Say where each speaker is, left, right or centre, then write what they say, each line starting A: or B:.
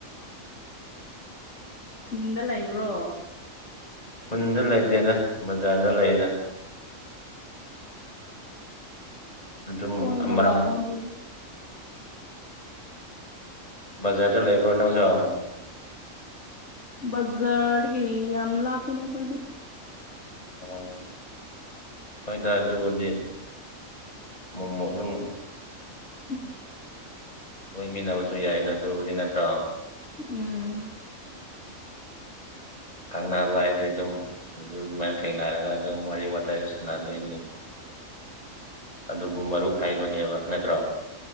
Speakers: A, on the left; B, on the left.
A: ꯈꯨꯟꯗ ꯂꯩꯕ꯭ꯔꯣ
B: ꯈꯨꯟꯗ ꯂꯩꯇꯦꯗ ꯕꯖꯥꯔꯗ ꯂꯩꯗ ꯑꯗꯨꯝ
A: ꯀꯣꯏꯕ
B: ꯑꯃꯔꯝ
A: ꯂꯥꯛꯑꯣꯗꯨꯗꯤ
B: ꯕꯖꯥꯔꯗ ꯂꯩꯕ꯭ꯔꯣ ꯅꯪꯁꯨ
A: ꯕꯖꯥꯔꯠꯗꯒꯤ ꯌꯥꯝ ꯂꯥꯞꯄꯤꯗ ꯑꯩꯈꯣꯏꯗꯤ
B: ꯑꯣ ꯍꯣꯏꯗ ꯑꯗꯨꯕꯨꯗꯤ ꯃꯣꯃꯣ ꯑꯗꯨꯝ
A: <unintelligible>
B: ꯀꯣꯏꯃꯤꯟꯅꯕꯁꯨ ꯌꯥꯏꯗ ꯑꯗꯨꯕꯨꯗꯤ ꯅꯠꯇ꯭ꯔꯣ
A: ꯎꯝ
B: ꯈꯪꯅꯕ ꯍꯥꯏꯗꯤ ꯑꯗꯨꯝ ꯎ ꯑꯗꯨꯃꯥꯏꯅ ꯊꯦꯡꯅꯔꯒ ꯑꯗꯨꯝ ꯋꯥꯔꯤ ꯋꯥꯇꯥꯏ ꯁꯥꯟꯅꯗꯣꯏꯅꯤ ꯑꯗꯨꯕꯨ ꯃꯔꯨꯞ ꯍꯥꯏꯕꯅꯦꯕ ꯅꯠꯇ꯭ꯔꯣ